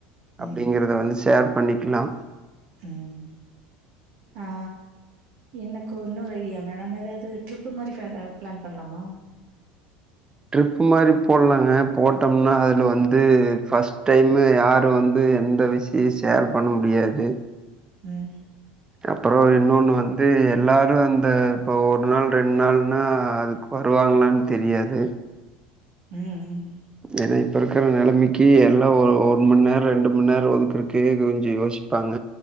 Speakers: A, on the right; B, on the right.
A: அப்டிங்கறத
B: ம்
A: வந்து ஷேர் பண்ணிக்கலா
B: ம் ஆ எனக்கு இன்னொறு ஐடியா நம்ம ஏதாவது ட்ரிப் மாதிரி பிளான் பண்ணலாமா
A: ட்ரிப் மாதிரி போடலாங்க போட்டோம்னா அதுல வந்து ஃபர்ஸ்ட் டைம்மு யாரு வந்து வந்து எந்த விஷய ஷேர் பண்ண முடியாது
B: ம்
A: அப்பறோ இன்னொன்னு வந்து எல்லாரு அந்த இப்ப ஒரு நாள் ரெண்டு நாள்ன்னா அதுக்கு வருவாங்களான்னு தெரியாது
B: ம்
A: ஏன்னா இப்ப இருக்கிற நிலமிக்கு எல்லா ஒரு ஒரு மணி நேர ரெண்டு ம நேர ஒதுக்குறக்கு கொஞ்ச யோசிப்பாங்க